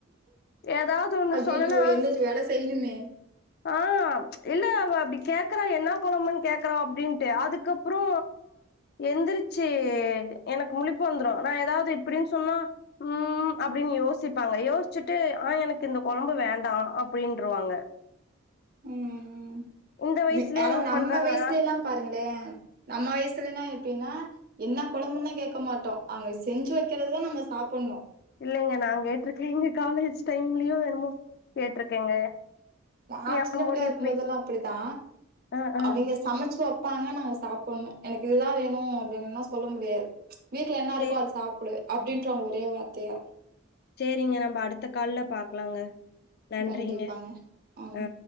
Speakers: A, on the left; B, on the right.
A: ஏதாவது ஒன்னு
B: ஐயையோ
A: சொன்னனா
B: எந்திரிச்சு வேல செய்யணுமே
A: ஆ இல்ல அவ அப்படி கேக்குறா என்ன கொழம்புன்னு கேக்குறா அப்படின்ட்டு அதுக்கப்புறோ எந்திரிச்சு எனக்கு முழிப்பு வந்துரு நா எதாவது இப்டின்னு சொன்னா ம் அப்டின்னு யோசி ப்பாங்க யோசிச்சுட்டு ஆ எனக்கு இந்த கொழம்பு வேண்டா அப்டின்றுவாங்க
B: ம்
A: இந்த வயசுலயே
B: ஆனா
A: இங்க
B: நம்ம
A: பண்றாங்களா
B: வயசுலைலா பாருங்களே நம்ம வயசுலனா எப்டின்னா என்ன கொழம்புன்னே கேக்க மாட்டோ அவுங்க செஞ்சு வைக்கிறதுதா நம்ம சாப்பிடணு
A: இல்லைங்க நா கேட்டிருக்கேங்க காலேஜ் டைம்லயோ என்னமோ கேட்ருக்கேங்க
B: நா
A: என்
B: சின்ன பிள்ளையா
A: பொண்ணு
B: இருக்கு
A: இப்பயே
B: போதெல்லா அப்படிதா
A: ஆ ஆ
B: அவங்க சமைச்சு வப் பாங்க நாங்க சாப்பிடணு எனக்கு இதுதா வேணு அப்டின்னுலா சொல்ல முடியாது வீட்ல என்னாருக்கோ
A: சேரிங்
B: அது சாப்புடு அப்டின்றுவாங்க ஒரே வார்த்தையா
A: சேரிங்க நம்ம அடுத்த கால்ல பாக்கலாங்க நன்றிங்க
B: கண்டிப்பாங்க ஆமா
A: ஆ